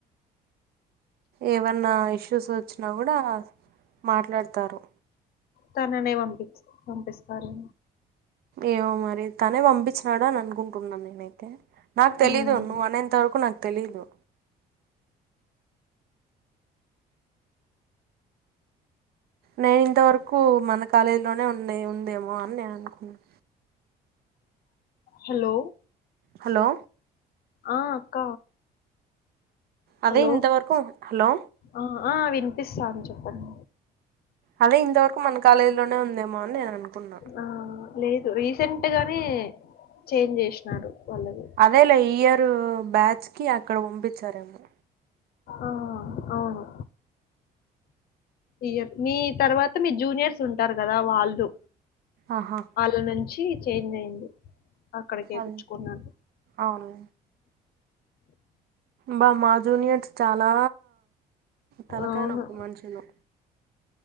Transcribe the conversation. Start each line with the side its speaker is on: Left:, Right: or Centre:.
Right: ఏమన్నా ఇష్యూస్ వచ్చినా కూడా మాట్లాడతారు.
Left: తననే పంపించ్ పంపిస్తారు.
Right: ఏమో మరి తనే పంపించినడు అని అనుకుంటున్నాను నేనైతే నాకు
Left: హ్మ్.
Right: తెలీదు నువ్ అనేంత వరకు నాకు తెలీదు నేను ఇంతవరకు మన కాలేజీ లోనే ఉన్నా ఉందేమో అని నేను అనుకున్నాను
Left: హలో
Right: హలో
Left: ఆ అక్క
Right: అదే
Left: హలో!
Right: ఇంతవరకు హలో
Left: ఆ ఆ వినిపిస్తాంది చెప్పండి
Right: అదే ఇంతవరకు మన కాలేజీ లోనే ఉందేమో నేను అనుకున్నా
Left: ఆ లేదు రీసెంట్ గానే చేంజ్ చేసినారు వాళ్ళది
Right: అదేలా ఇయర్ బ్యాచ్ కి అక్కడ పంపించారేమో
Left: ఆ అవును ఇయర్ మీ తర్వాత మీ జూనియర్స్ ఉంటారు కదా వాళ్ళు
Right: ఆహా
Left: ఇ నుంచి చేంజ్ అయింది అక్కడి కేపియిచ్చుకున్నారు
Right: అదే అవును బా మా జూనియర్స్ చాలా తలకాయ్
Left: అవును
Right: నొప్పి మనుషులు